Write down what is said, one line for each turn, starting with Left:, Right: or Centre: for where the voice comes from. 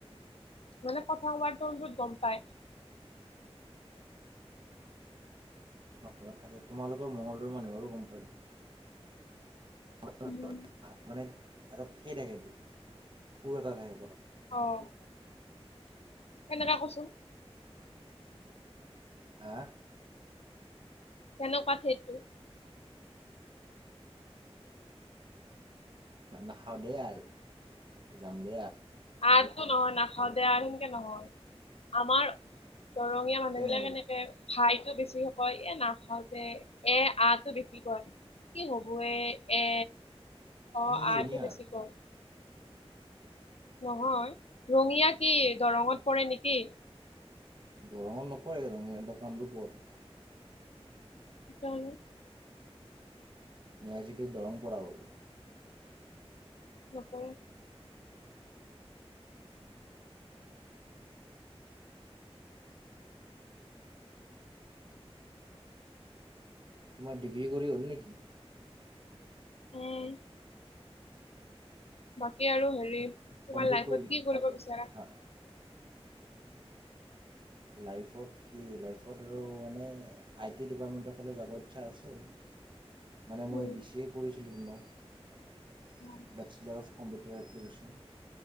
Left: মানে কথা টনটোট গ'ম পায়।
Right: ঘৰত থাকে তোমালোকৰ মঙলদৈৰ মানুহৰো গ'ম পাই টো <unintelligible>
Left: উম।
Right: তাত মানে এটা থেই থাকে টো সুৰ এটা থাকে ক
Left: অ'। কেনেকা কচোন?
Right: হা?
Left: কেনেকুৱা থেটটো?
Right: নাখাওঁদে আৰ যামদে আৰ।
Left: আটো নহয় নাখাওদে আ সেনকে নহয় আমাৰ দৰঙীয়া মানুহ
Right: কেনে
Left: বিলাক এনেকে খাইতটো বেছি কয় এ নাখাওঁ যে এ আ টো বেছি কয়। কি হব এ এ অ',
Right: তুমি কি
Left: আ
Right: ৰঙিয়াৰ
Left: টো বেছি কয়। নহয় ৰঙীয়া কি দৰঙত পৰে নেকি?
Right: দৰঙত নপৰে ৰঙীয়া টো কামৰূপত।
Left: তেতিয়াহ'লে।
Right: আজি কালি দৰং পৰা হ'ল।
Left: নপৰে।
Right: তোমাৰ ডিগ্ৰী কৰি হ'ল নেকি?
Left: উম। বাকী আৰু হেৰি তোমাৰ
Right: কমপ্লিট
Left: লাইফত
Right: কৰিল
Left: কি কৰিব বিচাৰা?
Right: হা লাইফত কি লাইফত আৰু মানে আই টি ডিপাৰ্টমেণ্টৰ ফালে যাব ইচ্ছা আছে। <inaudible> মানে
Left: উম
Right: মই বি চি এ কৰিছিলোঁ তোমাৰ
Left: উম
Right: বেচেলাৰ অফ কম্পিউটাৰ এপ্লিকেশ্যন।